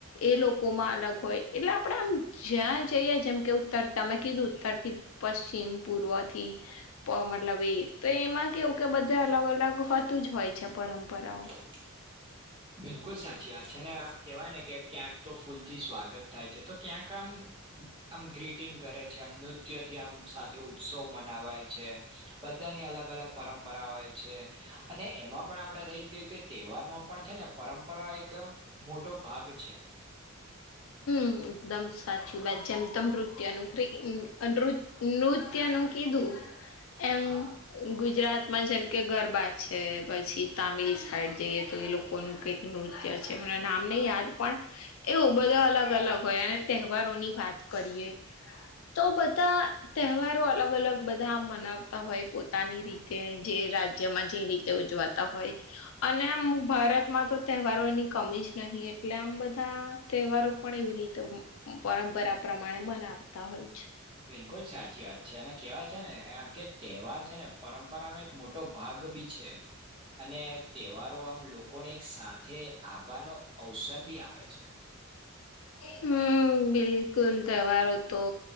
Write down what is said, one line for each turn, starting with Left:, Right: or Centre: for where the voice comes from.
Left: એ લોકોમાં અલગ હોય એટલે આપડે આમ જ્યાં જઈએ જેમ કે ઉત્તર તમે કીધું ઉત્તરથી પશ્ચિમ પૂર્વથી પો મતલબ એ તો એમાં કેવું કે બધા અલગ અલગ હોતુંજ હોય છે પરંપરાઓ.
Right: <inaudible> બિલકુલ સાચી વાત છે અને આમ કેવાય ને કે ક્યાંક તો ફૂલથી સ્વાગત થાય છે તો ક્યાંક આમ આમ ગ્રીટિંગ કરે છે આમ નૃત્યથી આમ સાથે ઉત્સવ મનાવાય છે. બધાની અલગ અલગ પરંપરા હોય છે અને એમાં પણ આપડે <unintelligible> કે તહેવાર માં પણ છે ને પરંપરા એક એમ મોટો ભાગ છે. <inaudible>
Left: હમ્મ હ એકદમ સાચી વાત છે જેમ તમ નૃત્યનુ <unintelligible> નૃત્ ત્ય કીધું એમ
Right: હા
Left: અ ગુજરાતમાં જેમ કે ગરબા છે પછી તામિલ સાઈડ જઈએ તો એ લોકોનું કઈક નૃત્ય છે એમના નામ નઈ યાદ પણ એવું બધા અલગ અલગ હોય અને તહેવારોની વાત કરીએ તો બધા તહેવારો અલગ અલગ બધા આમ મનાવતા હોય પોતાની રી તે જે રાજ્યમાં જે રીતે ઉજવાતા હોય અને આમ ભારતમાં તો તહેવારોની કમી જ નહીં એટલે આમ બધા તહેવારો પણ એવી રીતે પરંપરા પ્રમાણે મનાવતા હોય છે.
Right: બિલકુલ સાચી વાત છે અને કેવાય છે ને આકે તહેવાર છે ને પરંપરાનો એક મોટો ભાગ બી છે. અને તહેવારો આમ લોકોની એક સાથે આવાનો અવસર બી આપે છે.
Left: હમ્મ બિલકુલ તહેવારો તો